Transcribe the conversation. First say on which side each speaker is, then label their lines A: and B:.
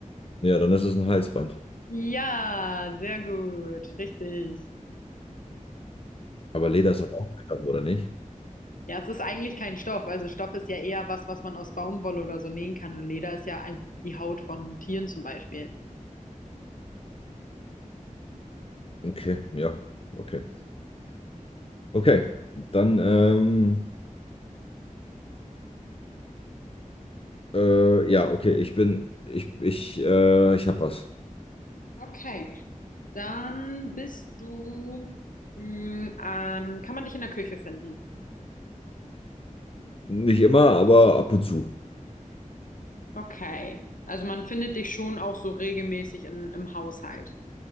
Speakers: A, on the left (about 45°); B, on the left (about 80°).
A: Ja, dann ist es ein Halsband.
B: Ja, sehr gut, richtig.
A: Aber Leder ist doch auch Stoff, oder nicht?
B: Ja, es ist eigentlich kein Stoff. Also Stoff ist ja eher was, was man aus Baumwolle oder so nähen kann. Und Leder ist ja ein- die Haut von Tieren zum Beispiel.
A: Okay, ja, okay. Okay, dann, ähm, äh, ja, okay, ich bin, ich, ich, äh, ich hab was.
B: Okay. Dann bist du, mh, ähm, kann man dich in der Küche finden?
A: Nicht immer, aber ab und zu.
B: Okay. Also man findet dich schon auch so regelmäßig in, im Haushalt.